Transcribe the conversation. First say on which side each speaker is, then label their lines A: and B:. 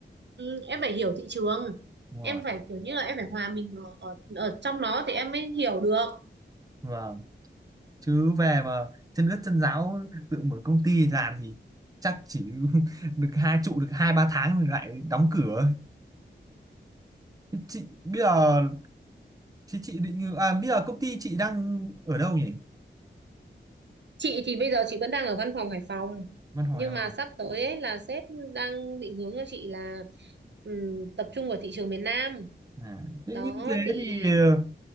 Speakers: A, on the right; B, on the right.
A: Ừ, em phải hiểu thị trường
B: Đúng rồi.
A: em phải kiểu như là em phải hòa mình ở, ở ở trong nó thì em mới hiểu được
B: vâng chứ về mà chân ướt chân ráo tự mở công ty làm thì chắc chỉ <laughs> được hai trụ được hai ba tháng rồi lại đóng cửa Thế chị bây giờ thì chị định à, bây giờ công ty chị đang ở đâu nhỉ
A: chị thì bây giờ chị vẫn đang ở văn phòng Hải Phòng
B: văn hỏi
A: nhưng
B: em
A: mà sắp tới ấy là sếp đang định hướng cho chị là ừm, tập trung vào thị trường miền Nam
B: À, thế
A: đó
B: như thế
A: thì
B: thì ờ,